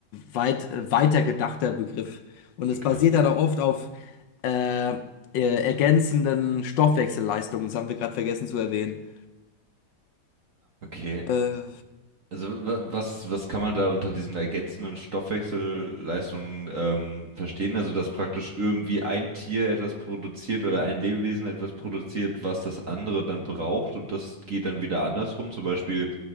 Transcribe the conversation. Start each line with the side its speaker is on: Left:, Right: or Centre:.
Left: weit, äh, weiter gedachter Begriff. Und es
Right: Okay.
Left: basiert dann auch oft auf äh, äh, ergänzenden Stoffwechselleistungen. Das haben wir gerade vergessen zu erwähnen.
Right: Okay.
Left: Äh,
Right: Also wa- was, was kann man da unter diesen ergänzenden Stoffwechselleistungen ähm, verstehen? Also dass praktisch irgendwie ein Tier etwas produziert oder ein Lebewesen etwas produziert, was das andere dann braucht und das geht dann wieder andersrum. Zum Beispiel